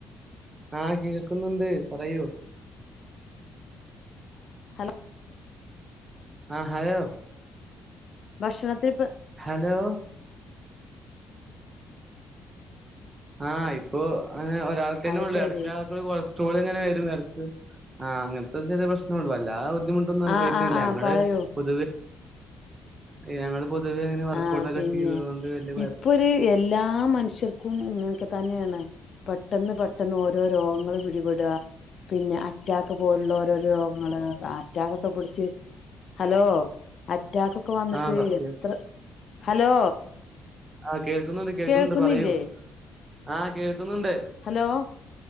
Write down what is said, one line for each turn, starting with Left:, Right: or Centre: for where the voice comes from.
Right: ആ കേൾക്കുന്നുണ്ട് പറയൂ
Left: ഹലോ
Right: ആ ഹലോ
Left: ഭക്ഷണത്ത്ത്തെ
Right: ഹലോ ആ ഇപ്പൊ ആ രാവിൽത്തന്നെ
Left: അത്
Right: ഉള്ളൂ
Left: ശരി
Right: അടക്കാക്ക് <unintelligible> ചൂല്ഇങ്ങനെ വരും എടക്ക് ആ അങ്ങൻത്തെ ചെറേപ്രശ്നം ഒള്ളൂ വല്ലാതെ ബുദ്ധിമുട്ടൊന്നും അനുഭവിക്ക്ൺല്ല
Left: ആ ആ ആ
Right: ഞങ്ങള്
Left: പറയൂ
Right: പൊതുവെ ഞങ്ങള് പൊതുവെ അങ്ങനെ വർക്കഔട്ടൊക്കെ
Left: ആ പിന്നെ
Right: ചെയ്യുന്നത് കൊണ്ട് വലിയ കുഴപ്പം
Left: ഇപ്പൊര് എല്ലാ മനുഷ്യർക്കും ഇങ്ങൻകെത് തന്നേണ് പെട്ടെന്ന് പെട്ടെന്ന് ഓരോ രോഗങ്ങള് പിടിപെടാ പിന്നെ അറ്റാക്ക് പോലുള്ള ഓരോരോ രോഗങ്ങള് അറ്റാക്കൊക്കെ പിടിച്ച് ഹലോ അറ്റാക്കൊക്കെ വന്നിട്ട്
Right: ആ സത്യം
Left: ത്ര ഹലോ
Right: ആ കേൾക്കുന്നുണ്ട് കേൾക്കുന്നുണ്ട്
Left: കേൾക്കുന്നില്ലേ
Right: പറയൂ ആ കേക്കുന്നുണ്ട്
Left: ഹലോ